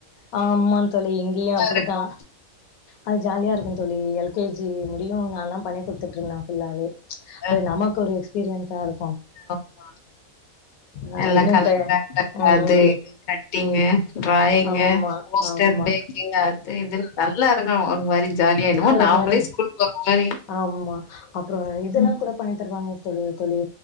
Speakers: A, on the left; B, on the left.
A: ஆமா தோழி இங்கியு அப்டிதா
B: இருக்கு
A: அது ஜாலியா இருக்கும் தோழி எல் கே ஜி முடியு நால்லா பண்ணி குடு த்துட்ருந்த ஃபுல்லாவே
B: ஆ
A: அது நமக்கு ஒரு எக்ஸ்பீரிய சாரு
B: ஆமா
A: ஆ
B: எல்லா
A: இன்னு
B: கலர்
A: இப்ப
B: பேப்பரு
A: ம்
B: அது இது கட்டிங்கு ட்ரா யிங்கு
A: ஆமா
B: ஹோஸ்டர்
A: ஆமா
B: பேக்கிங் அது இது நல்லா இரு க்கும் ஒரு மாரி ஜாலியா என்னமோ
A: அது ஒரு
B: நாமளே
A: மாரி
B: ஸ்கூல் போற மாரி
A: ஆமா அப்புறோ இதுல்லா
B: ம்
A: கூட பண்ணி தருவாங்க சொல்லுங்க தோழி